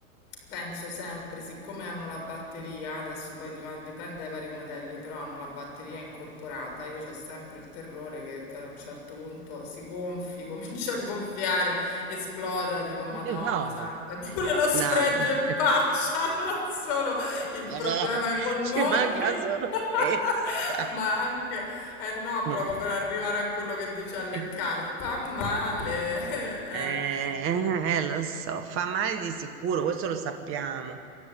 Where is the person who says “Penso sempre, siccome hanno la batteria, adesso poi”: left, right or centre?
Left